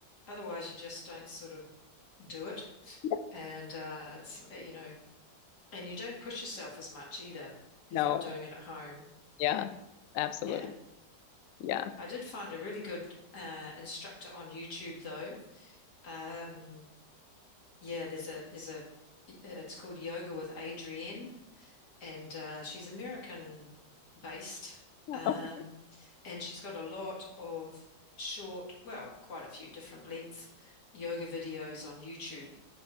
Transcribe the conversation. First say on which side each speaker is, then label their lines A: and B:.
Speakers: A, on the left (about 65°); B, on the left (about 85°).
A: otherwise you just don't sort of do it.
B: Yeah.
A: And uh, it's, uh, you know, And you don't push yourself as much either if
B: No,
A: I'm doing it at home.
B: yeah, absolutely.
A: Yeah.
B: Yeah.
A: I did find a really good uh, instructor on YouTube though. Um, yeah, there's a there's a it's called Yoga with Adrienne and uh, she's American based.
B: Yeah.
A: Um,
B: Okay.
A: and she's got a lot of short, well, quite a few different length yoga videos on YouTube.